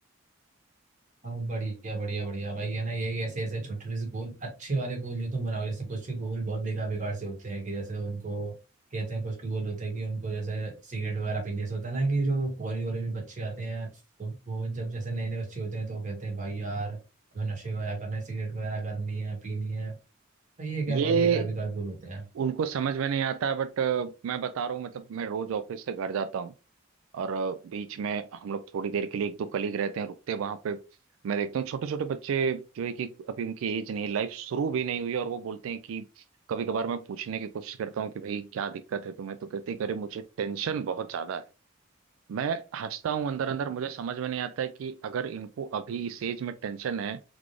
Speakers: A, on the right (about 35°); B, on the right (about 80°).
A: हाँ बढ़िया बढ़िया बढ़िया भाई है ना यही ऐसे ऐसे छोटे छोटे से गोल अच्छे वाले गोल जो तुम बनाओ जैसे कुछ के गोल बहुत बेकार बेकार से होते हैं कि जैसे उनको कहते हैं कुछ के गोल होते हैं कि उनको जैसे सिगरेट वगैरह पीने से होता है ना कि जो कॉलेज वॉलेज में बच्चे आते हैं तो वो जब जैसे नए नए बच्चे होते हैं तो वो कहते हैं भाई यार हमें नशे वगैरह करने हैं सिगरेट वगैरह करनी है पीनी है भाई ये क्या
B: ये
A: बहुत बेकार बेकार बोल होते हैं
B: उनको समझ में नहीं आता है बट मैं बता रहा हूँ मतलब मैं रोज ऑफिस से घर जाता हूँ और अ, बीच में हम लोग थोड़ी देर के लिए एक दो कलीग रहते हैं रुकते हैं वहां पे मैं देखता हूँ छोटे छोटे बच्चे जो है कि अभी उनकी एज नहीं लाइफ शुरू भी नहीं हुई और वो बोलते हैं कि कभी कभार मैं पूछने की कोशिश करता हूँ कि भाई क्या दिक्कत है तुम्हें तो कहते हैं कि अरे मुझे टेंशन बहुत ज्यादा है मैं हंसता हूँ अंदर अंदर मुझे समझ में नहीं आता है कि अगर इनको अभी इस एज में टेंशन है